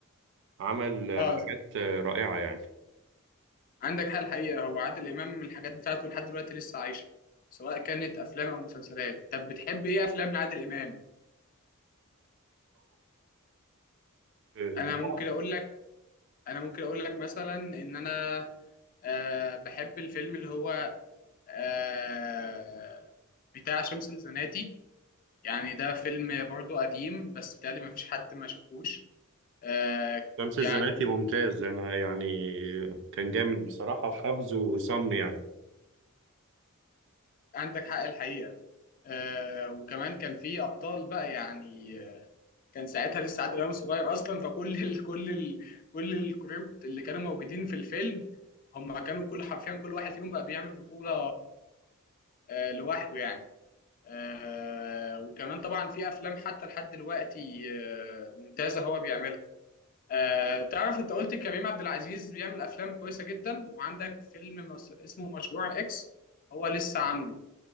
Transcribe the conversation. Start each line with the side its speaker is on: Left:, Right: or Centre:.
Right: عمل آه،
Left: اه
Right: حاجات آه، رائعة يعني
Left: عندك حال الحقيقه هو عادل امام الحاجات بتاعته لحد دلوقتي لسه عايشه سواء كانت افلام او مسلسلات طب بتحب ايه افلام لعادل امام
Right: آه، البتاع
Left: انا ممكن اقول لك انا ممكن اقول لك مثلا ان انا آه بحب الفيلم اللي هو آه بتاع شمس الزناتي يعني ده فيلم برضو قديم بس بتهيألي ما فيش حد ما شافوش آه
Right: شمس
Left: يعني
Right: الزناتي ممتاز أنا يعني كان جامد بصراحة في حفظه وصمني يعني
Left: عندك حق الحقيقة آه وكمان كان في ابطال بقى يعني آه، كان ساعتها لسه عادل امام صغير اصلا فكل ال كل ال كل الكروب اللي كانوا موجودين في الفيلم هم كانوا كل حرفيا كل واحد فيهم بقى بيعمل بطولة آه لوحده يعني آه وكمان طبعا في افلام حتى لحد دلوقتي آه ممتازه هو بيعملها آه تعرف انت قلت كريم عبد العزيز بيعمل افلام كويسه جدا وعندك فيلم مس- اسمه مشروع اكس هو لسه عامله